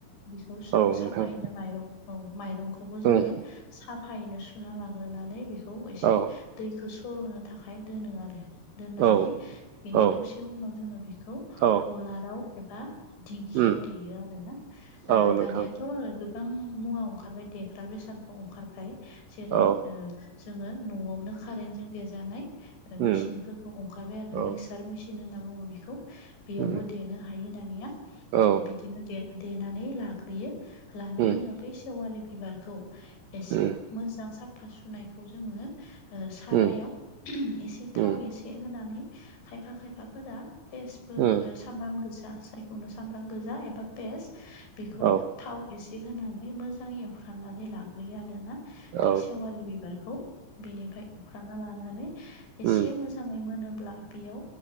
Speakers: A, on the left (about 70°); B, on the right (about 80°).
A: बिखौ जो
B: औ नोंथां
A: साफायनो माइरं औ माइरंखौबो जोङो
B: उम
A: साफायैनो सुना लाग्रोनानै बेखौ एसे
B: औ
A: दैखौ सर'नो थाखाय दोनो आरो दोननानै
B: औ
A: बिनि
B: औ
A: दसे उनाव जोङो बेखौ
B: औ
A: अलाराव एबा दिंखियाव
B: उम
A: देयो आरो ना ओ
B: औ नोंथां
A: दानिाथ' गोबां मुवा ओंखारबाय देग्रा बेसादबो ओंखारबाय जेरै
B: औ
A: ओ जोङो न'आवनो कारेन्टजों देजानाय ओ
B: उम
A: मेसिनफोरखौ ओंखारबाय आरो
B: औ
A: मिक्सार मेसि होनना बुङो बेखौ बेयावबो
B: उम
A: देनो हायो दानिया
B: औ
A: बिदिनो दे देनानै लाग्रोयो लानायनि
B: उम
A: उनाव बै सेवालि बिबारखौ एसे
B: उम
A: मोजां साफा सुनायखौ जोङो ओ सारायाव
B: उम
A: एसे थाव
B: उम उम
A: एसे होनानै खायफा खायफाफोरा फियाबो
B: औ
A: ओ सामब्राम गोजा सायखौनो सामब्राम गोजा एबा पेस्ट बेखौ
B: औ
A: थाव एसे होनानै मोजां एवफ्रामनानै लाग्रोयो आरो ना
B: औ
A: बे सेवालि बिबारखौ बेनिफ्राय एवखांना लानानै एसे
B: उम उम
A: मोजाङै मोनोब्ला बेयाव